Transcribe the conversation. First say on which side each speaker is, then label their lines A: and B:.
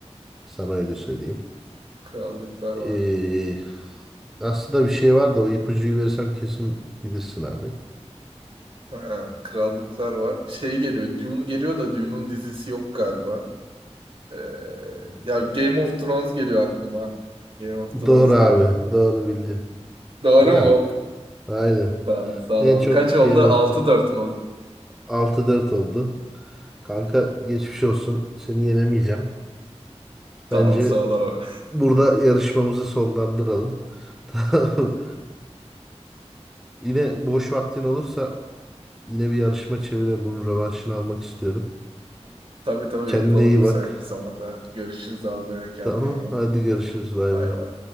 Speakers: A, in the centre; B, on the right (about 50°).
A: Sana öyle söyleyeyim.
B: Krallıklar var.
A: Ee, aslında bir şey var da o ipucuyu verirsem kesin bilirsin abi.
B: Ha, krallıklar var. Şey geliyor. Dune geliyor da Dune'un dizisi yok galiba. Ee, ya Game of Thrones geliyor aklıma. Game of Thrones
A: Doğru abi.
B: olurdu.
A: Doğru bildin.
B: Doğru
A: Helal.
B: mu?
A: Aynen.
B: Tamam, sağ
A: En
B: ol abi.
A: çok
B: Kaç oldu?
A: Game
B: Altı
A: of the
B: dört mü oldu?
A: 6-4 oldu. Kanka geçmiş olsun. Seni yenemeyeceğim. Bence
B: Sağ ol, sağ ol abi.
A: burada yarışmamızı sonlandıralım. <laughs> Tamam.
B: <laughs>
A: Yine boş vaktin olursa yine bir yarışma çevirelim. Bunun rövanşını almak istiyorum.
B: Tabii tabii
A: Kendine
B: yapalım
A: iyi
B: müsait
A: bak.
B: bir zamanda. Görüşürüz abi. Kendine
A: Tamam.
B: iyi bak.
A: Hadi görüşürüz. Bay
B: Bay
A: bay.
B: bay.